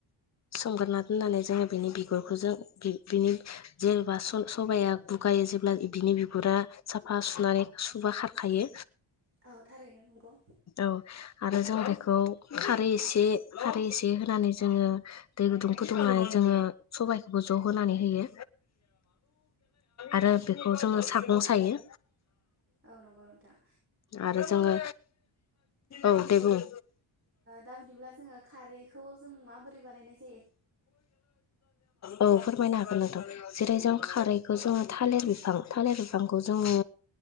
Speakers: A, on the left; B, on the right.
A: सोमगोरना दोननानै जोङो बिनि बिगुरखौ जों बि-बिनि जेबा स-सबाया गुगायो जेब्ला बिनि बिगुरा साफा सुनानै सुबा खारखायो।
B: औ थारैनो नंगौ
A: औ आरो जों
B: औ
A: बेखौ दै एसे खारै एसे होनानै जोङो दै गुदुं फुदुंनानै जोङो सबाइखौबो ज' होनानै होयो आरो बेखौ जोङो सागं सायो।
B: औ नंगौ नोथां।
A: आरो जोङो औ दे बुं
B: दा बिदिब्ला जोङो खारैखौ जों माबोरै बानायनायसै
A: औ फोरमायनो हागोन नोथां जेरै
B: औ
A: जों खारैखौ जोङो। थालिर बिफां थालिर बिफांखौ जोङो